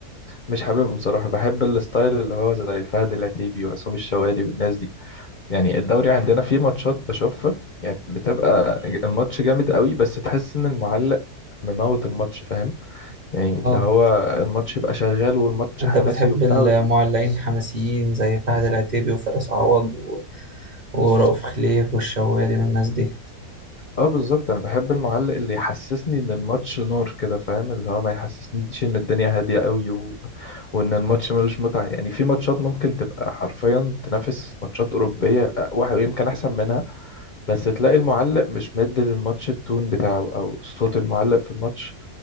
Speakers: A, on the left; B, on the right.
A: مش حاببهم صراحة بحب الستايل اللي هو زي فهد العتيبي وعصام الشوالي والناس دي يعني الدوري عندنا فيه ماتشات بشوفها يعني بتبقى الماتش جامد قوي بس تحس ان المعلق مموت الماتش فاهم يعني
B: اه
A: اللي هو الماتش يبقى شغال والماتش
B: انت
A: حماسي
B: بتحب
A: وبتاع
B: المعلقين
A: وت...
B: الحماسيين زي فهد العتيبي وفارس عوض ورؤوف خليف والشوالي والناس دي
A: اه بالظبط انا بحب المعلق اللي يحسسني ان الماتش نار كده فاهم اللي هو ما يحسسنيش ان الدنيا هادية قوي و...
B: آه.
A: وان الماتش ملوش متعة يعني في ماتشات ممكن تبقى حرفيا تنافس ماتشات أوروبية واحد يمكن احسن منها بس تلاقي المعلق مش مد للماتش التون بتاعه او صوت المعلق في الماتش